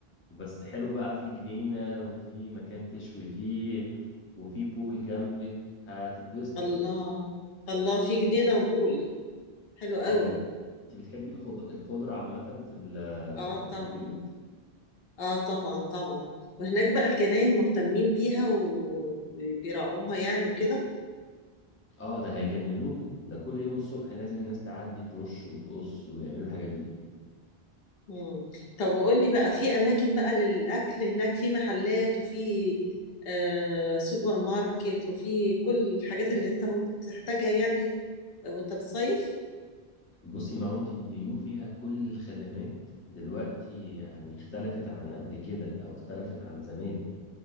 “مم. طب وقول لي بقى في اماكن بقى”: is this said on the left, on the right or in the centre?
Left